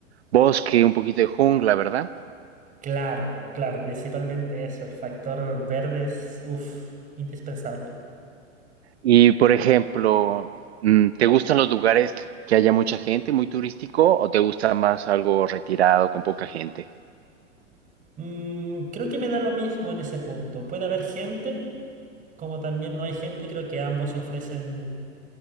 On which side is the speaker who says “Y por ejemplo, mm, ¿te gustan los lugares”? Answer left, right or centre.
Right